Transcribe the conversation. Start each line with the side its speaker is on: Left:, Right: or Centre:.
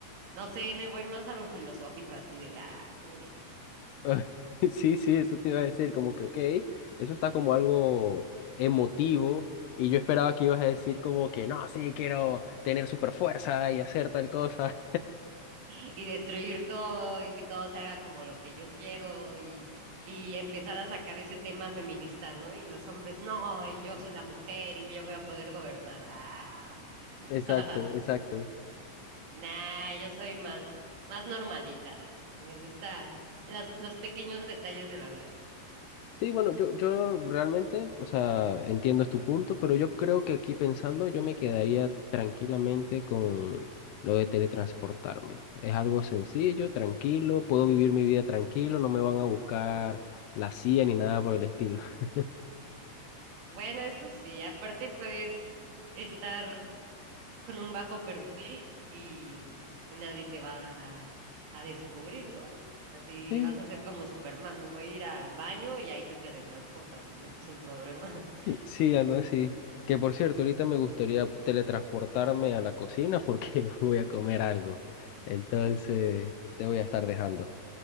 Right: No sé, me voy más a lo filosófico, así de, ah, qué bonito.
Left: Ah, <laughs> Sí, sí, eso te iba a decir, como que, ok, eso está como algo emotivo y yo esperaba que ibas a decir como que, no, sí, quiero tener super fuerza y hacer tal cosa.
Right: <laughs> Y destruir todo y que todo se haga como lo que yo quiero y, y empezar a sacar ese tema feminista, ¿no? Y los hombres, no, y yo soy la mujer y yo voy a poder gobernar. Ah. <laughs>
Left: <laughs> Exacto, exacto.
Right: Nah, yo soy más, más normalita. Me gusta las, los pequeños detalles de la vida.
Left: Sí, bueno, yo, yo realmente, o sea, entiendo tu punto, pero yo creo que aquí pensando, yo me quedaría tranquilamente con lo de teletransportarme. Es algo sencillo, tranquilo, puedo vivir mi vida tranquilo, no me van a buscar la CIA ni nada por el estilo. <laughs>
Right: Bueno, eso sí, aparte puedes estar con un bajo perfil y, y nadie te va a, a descubrir, ¿no? Así
Left: Sí,
Right: vas a ser como Superman, me voy a ir al baño y ahí te teletransportas y ya, sin problema. <laughs>
Left: sí, algo así. Que por cierto, ahorita me gustaría teletransportarme a la cocina porque <laughs> voy a comer algo. Entonces, te voy a estar dejando.